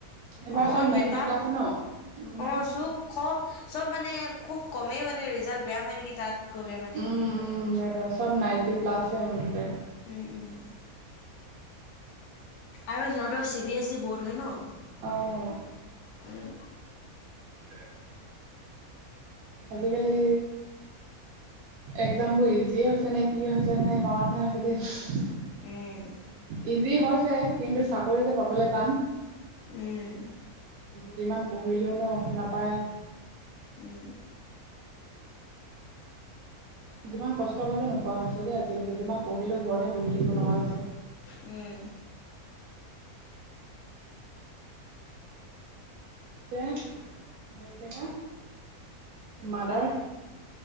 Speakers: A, on the right (about 75°); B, on the left (about 60°).
A: এইবাৰ
B: অ',
A: চব
B: অ',
A: নাইণ্টি
B: সেই তাত
A: প্লাছে ন উম
B: অ', চুব খব চব মানে খুব কমেই মানে ৰিজাল্ট বেয়া হয় নেকি তাত গ'লে মানে।
A: উম উম, সেইটোৱে চব নাইনটি প্লাছ মুঠতে।
B: উম, উম। আৰু সিহঁতৰ C B S E board হয় ন'।
A: অ'।
B: উম,
A: উ <inaudible> আজিকালি একজামবোৰ ইজিয়ে হৈছে নে কি হৈছে নে <unintelligible> হৈছে দেই।
B: উম।
A: ইজি হৈছে কিন্তু চাকৰি যে পাবলৈ টান।
B: উম,
A: যিমান পঢ়িলেও ন' নাপায়।
B: উম,
A: যিমান কষ্ট কৰিলেও নোপোৱা হৈছেদে আজিকালি, যিমান পঢ়িলেও ঘৰতে বহি থাকিব লগা হৈছে।
B: উম।
A: তে হেৰি থাকা মাদাৰ